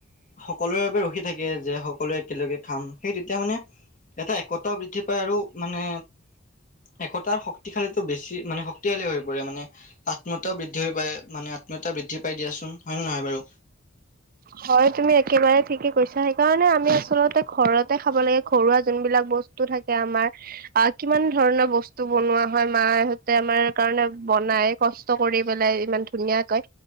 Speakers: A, on the left; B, on the right.
A: সকলোৰে বাবে ৰখি থাকে যে সকলোৱে একেলগে খাম, সেই তেতিয়া মানে এটা একতাও বৃদ্ধি পায় আৰু মানে একতাৰ শক্তিশালীটো বেছি মানে শক্তিশালী হৈ পৰে মানে, আত্মীয়তাও বৃদ্ধি হৈ পৰে মানে আত্মীয়তা বৃদ্ধি পাই দিয়াচোন, হয় নে নহয় বাৰু?
B: হয়, তুমি একেবাৰে ঠিকে কৈছা৷সেইকাৰণে আমি আচলতে ঘৰতে খাব লাগে, ঘৰুৱা যোনবিলাক বস্তু থাকে আমাৰ আহ কিমান ধৰণৰ বস্তু বনোৱা হয়, মাহঁতে আমাৰ কাৰণে বনাই কষ্ট কৰি পেলাই ইমান ধুনীয়াকৈ,